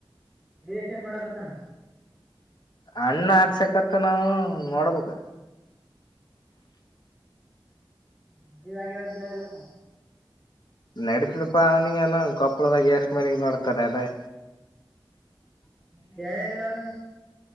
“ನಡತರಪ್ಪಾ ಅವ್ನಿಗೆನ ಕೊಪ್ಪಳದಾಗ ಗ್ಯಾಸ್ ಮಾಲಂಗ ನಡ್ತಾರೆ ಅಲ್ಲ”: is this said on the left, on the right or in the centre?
Left